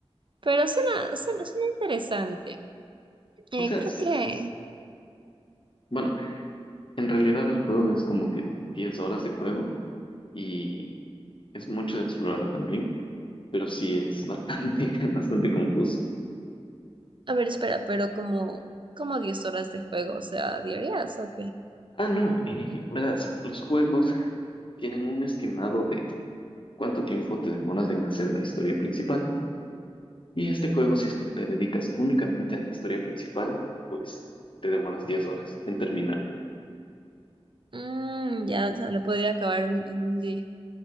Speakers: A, on the right (about 50°); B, on the left (about 50°).
A: Pero suena, suena, suena interesante. Eh,
B: O sea,
A: creo
B: sí.
A: que.
B: Bueno, en realidad el juego es como que 10 horas de juego y es mucho de explorar también, pero sí es bastante, <laughs> bastante confuso.
A: A ver, espera, pero como, como diez horas de juego, o sea, diarias, ok.
B: Ah, no, y verás, los juegos tienen un estimado de cuánto tiempo te demoras en hacer la historia principal. Y este juego, si es que te dedicas únicamente a la historia principal, pues te demoras 10 horas en terminarlo.
A: Mm, ya, o sea, lo podría acabar en en un día.